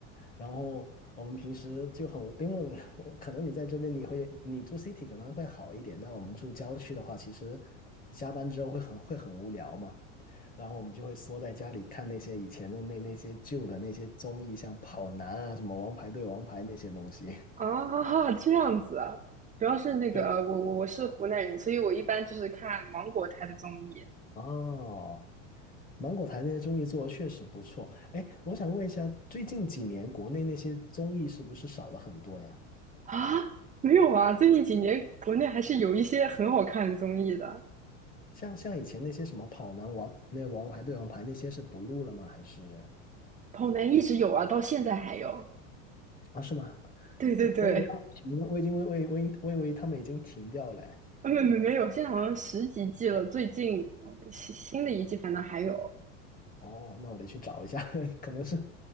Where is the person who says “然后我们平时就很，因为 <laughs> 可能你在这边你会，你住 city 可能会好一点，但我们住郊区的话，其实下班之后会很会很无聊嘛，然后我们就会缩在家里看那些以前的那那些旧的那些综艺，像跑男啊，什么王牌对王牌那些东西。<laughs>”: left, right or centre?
Left